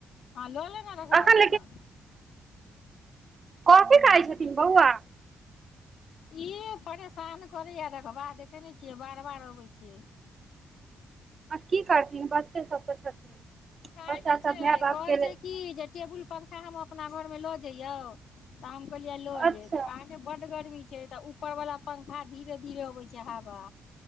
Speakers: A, on the left; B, on the right.
A: हँ लऽ लेने रखबाजो
B: अखन
A: ने
B: कथी
A: हँ
B: खाइ छथिन बौआ
A: ई परेशान करैए रघवा देखै नहि छियै बार बार अबै छियै
B: आ की करथिन बच्चे सब तऽ छथिन
A: खाय
B: बच्चा
A: नहि
B: सब
A: छै
B: माय बाप
A: कहै
B: के लेल
A: छै कि जे टेबुल पंखा हम अपना घरमे लऽ जइयौ हम कह लियै लऽ
B: अच्छा
A: ले अहाँ के बड गर्मी तऽ ऊपर वाला पंखा हँ धीरे धीरे अबै छै ह बा